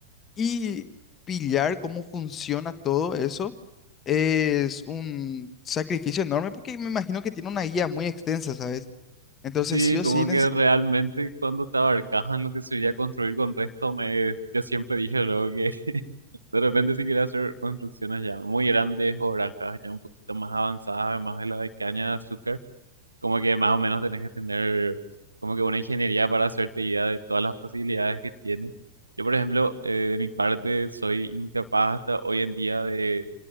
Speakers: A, on the left (about 25°); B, on the right (about 80°).
A: y pillar cómo funciona todo eso es un sacrificio enorme porque me imagino que tiene una guía muy extensa, ¿sabes? Entonces,
B: Sí,
A: sí o
B: como
A: sí, neces-
B: que realmente cuando te abarcas en lo que sería construir con Redstone, me yo siempre dije luego que <laughs> de repente si quería hacer construcciones ya muy grandes o granjas ya un poquito más avanzadas, además de la de caña de azúcar. como que más o menos tenés que tener como que una ingeniería para hacerte idea de todas las posibilidades que tiene. Yo, por ejemplo, eh, de mi parte, soy incapaz hasta hoy en día de,